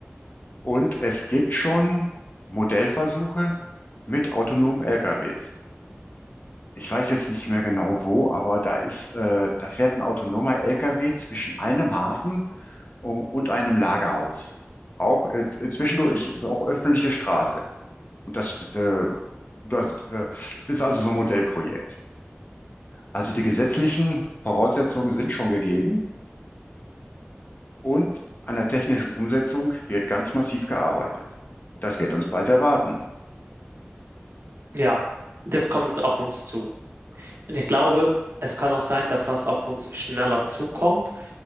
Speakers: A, on the left; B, on the right.
A: Und es gibt schon Modellversuche mit autonomen LKWs. Ich weiß jetzt nicht mehr genau wo, aber da ist, äh, da fährt ein autonomer LKW zwischen einem Hafen u- und einem Lagerhaus. Auch äh, zwischendurch ist auch öffentliche Straße. Und das, äh, das, äh, das ist also so ein Modellprojekt. Also die gesetzlichen Voraussetzungen sind schon gegeben und an der technischen Umsetzung wird ganz massiv gearbeitet. Das wird uns bald erwarten.
B: ja, das kommt auf uns zu. Und ich glaube, es kann auch sein, dass das auf uns schneller zukommt,